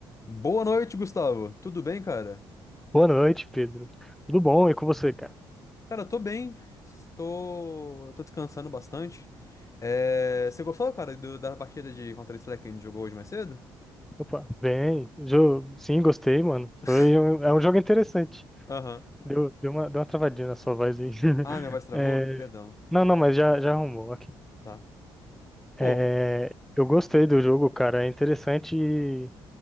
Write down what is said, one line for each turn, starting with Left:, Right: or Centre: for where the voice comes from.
Left: Boa noite, Gustavo. Tudo bem, cara?
Centre: Boa noite, Pedro. Tudo bom? E com você, cara?
Left: Cara, eu tô bem. Tô, tô descansando bastante. É, Você gostou, cara, do- da partida de Counter-Strike que a gente jogou hoje mais cedo?
Centre: Opa, bem. Jo- Sim, gostei, mano.
Left: <laughs>
Centre: Foi um... É um jogo interessante.
Left: Aham.
Centre: Deu, deu uma, deu uma travadinha na sua voz aí. <laughs>
Left: Ah, minha voz travou?
Centre: É,
Left: Perdão.
Centre: Não, não, mas já, já arrumou, ok.
Left: Tá. Pô,
Centre: É, Eu gostei do jogo, cara. É interessante. e